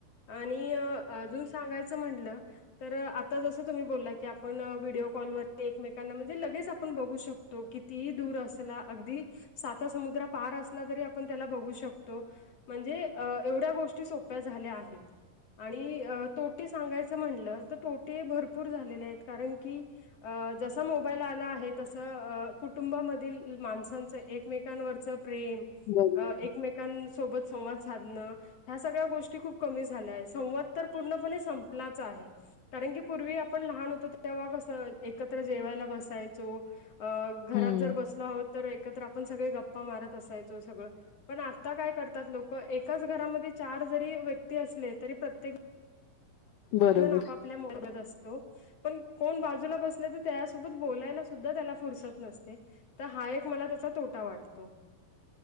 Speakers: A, on the left; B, on the left.
A: आणि अजून सांगायचं म्हटलं. तर आता जसं तुम्ही बोलला की आपण व्हिडिओ कॉलवर एकमेकांना म्हणजे लगेच आपण बघू शकतो. तो किती दूर असला अगदी साता समुद्र पार असला तरी आपण त्याला बघू शकतो. म्हणजे अ एवढ्या गोष्टी सोप्या झाल्या आहेत. आणि तोटे सांगायचं म्हटलं तर तोटे भरपूर झालेले आहेत कारण की. अ जसा मोबाईल आला आहे तसं कुटुंबामधील माणसांचं एकमेकांवरच प्रेम
B: बरोबर.
A: एकमेकांसोबत संवाद साधणं. ह्या सगळ्या गोष्टी खूप कमी झाल्या आहेत संवाद तर पूर्णपणे संपलाचा आहे. कारण की पूर्वी आपण लहान होतो तेव्हा कसं एकत्र जेवायला बसायचो. अ घरात
B: हं,
A: जर बसला आहोत तर एकत्र आपण सगळे गप्पा मारत असायचो सगळं पण आता काय करतात लोक एकाच घरामध्ये च जरी व्यक्ती अस तरी प्रत्ये
B: बरोबर,
A: ण आपापल्या मोरत असतो. पण कोण बाजूला बसले तर त्यासोबत बोलायला सुद्धा त्याला फुरसत नसते. तर हा एक मला त्याचा तोटा वाटतो.